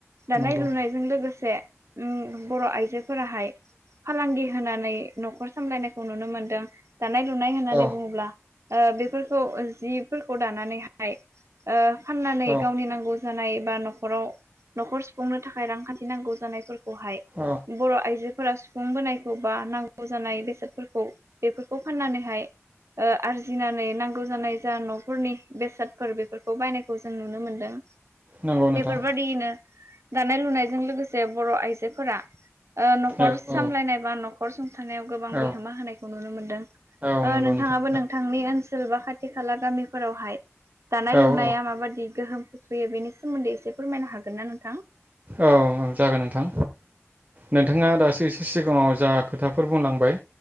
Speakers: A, on the right; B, on the right.
A: दानाय
B: नंगौ
A: लुनायजों लोगोसे।
B: <inaudible>
A: उम बर' आइजोफोराहाय फालांगि होनानै न'खर सामलायनायखौ नुनो मोनदों। दानाय लुनाय होननानै
B: औ
A: बुङोब्ला। ओ बेफोरखौ जिफोरखौ दानानैहाय फाननानै
B: औ
A: गावनि नांगौ। जानाय बा न'खाव न'खर सुफुंनो थाखाय रांखान्थि नांगौ जानायफोरखौ। खौहाय
B: औ
A: बर आइजोफोरा सु। फुं बोनायखौ बा नांगौ जानाय बेसादफोरखौ बेफोरखौ फाननानैहाय। ओ आरजिनानै नांगौ जानाय जा न'फोरनि बेसादफोर बेफोरखौ बायनायखौ जों नुनो मोनदों।
B: नंगौ नोंथां
A: बेफोरबादियैनो दानाय लुनायजों लोगोसे बर' आइजोफोरा। ओ न'खर
B: औ
A: सामलायनाय
B: औ
A: बा न'खर सं। थानायाव गोबां
B: औ
A: बिहोमा होनायखौ नुनो मोनदों
B: औ नंगौ
A: नोंथाङाबो
B: नोंथां
A: नोंथांनि ओनसोल बा खाथि। खाथि खाला गामिफोरावहाय दानाय
B: औ
A: लुनाया
B: औ
A: माबायदि गोहोम खोख्लैयो बेनि सोमोन्दै एसे फोरमायनो हागोन ना नोंथां।
B: औ औ जागोन नोंथां नोंथाङा दासो। एसे सिगाङाव जा खोथाफोर बुंलांबाय